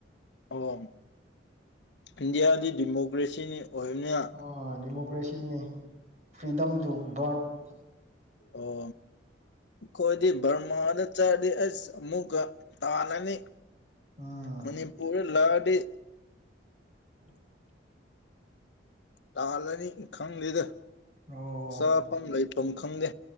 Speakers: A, on the left (about 65°); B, on the right (about 40°).
A: ꯑꯣ ꯏꯟꯗꯤꯌꯥꯗꯤ ꯗꯦꯃꯣꯀ꯭ꯔꯦꯁꯤꯅꯤ ꯑꯣꯏꯅꯤꯌꯥ
B: ꯑ ꯗꯦꯃꯣꯀ꯭ꯔꯦꯁꯤꯅꯦ ꯐ꯭ꯔꯤꯗꯝꯗꯨ ꯕꯔꯠꯅꯦꯕ
A: ꯑꯣ ꯈꯣꯏꯗꯤ ꯕꯔꯃꯥꯗ__ <unintelligible> ꯆꯠꯔꯗꯤ ꯑꯁ ꯑꯃꯨꯛꯀ ꯇꯥꯜꯂꯅꯤ
B: ꯎꯝ
A: ꯃꯅꯤꯄꯨꯔꯗ ꯂꯥꯛꯑꯗꯤ
B: <inaudible>
A: ꯇꯥꯜꯂꯅꯤ ꯈꯪꯗꯦꯗ
B: ꯑꯣ
A: ꯆꯥ ꯐꯝ ꯂꯩꯐꯝ ꯈꯪꯗꯦ